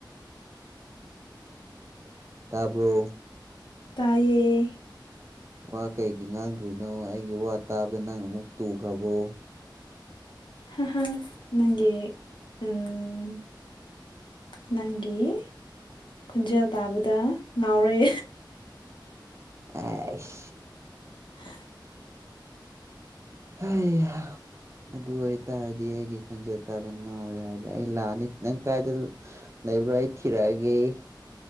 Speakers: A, on the right (about 35°); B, on the left (about 75°).
A: ꯇꯥꯕꯔꯣ
B: ꯇꯥꯏꯌꯦ
A: ꯋꯥ ꯀꯩꯒꯤ ꯉꯥꯡꯗ꯭ꯔꯤꯅꯣ ꯑꯩꯒꯤ ꯋꯥ ꯇꯥꯕꯗ ꯅꯪ ꯑꯃꯨꯛ ꯇꯨꯈ꯭ꯔꯕꯣ
B: ꯑ ꯍ ꯅꯪꯒꯤ ꯎꯝ ꯅꯪꯒꯤ ꯈꯟꯖꯦꯜ ꯇꯥꯕꯗ ꯉꯥꯎꯔꯦ
A: ꯑꯥꯏꯁ
B: ꯍꯥ
A: ꯑꯩꯒꯥ ꯑꯗꯨ ꯑꯣꯏꯇꯥꯔꯗꯤ ꯑꯩꯒꯤ ꯈꯣꯟꯖꯦꯜ ꯇꯥꯗ ꯉꯥꯎꯔꯦ ꯍꯥꯏꯔꯅ ꯑꯩ ꯂꯥꯛꯑꯅꯤ ꯅꯪ ꯀꯥꯏꯗ ꯂꯩꯕ꯭ꯔꯥ ꯑꯩ ꯊꯤꯔꯛ ꯑꯒꯦ